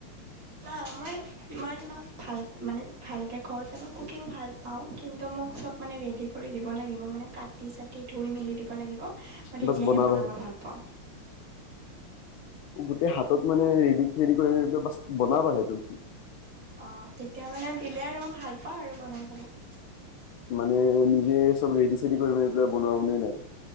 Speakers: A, on the right; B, on the left.
A: নাই মই মই তোমাক ভাল মানে ভালকে কওঁতে মই কুকিং ভাল পাওঁ কিন্তু মোক চব মানে ৰেডি কৰি দিব লাগিব মানে কাটি চাটি ধুই মেলি দিব লাগিব মই তেতিয়াহে
B: বাছ বনাবাহে
A: বনাব ভাল পা পাওঁ
B: গোটেই হাতত মানে ৰেডি চেডি কৰি বাচ বনাবা সে তুমি
A: অ তেতিয়া মানে দিলে আৰু মই ভাল পাওঁ আৰু বনাই পেলাই
B: মানে নিজে চব ৰেডি চেডি কৰি পেলাই বনোৱা বনি নাই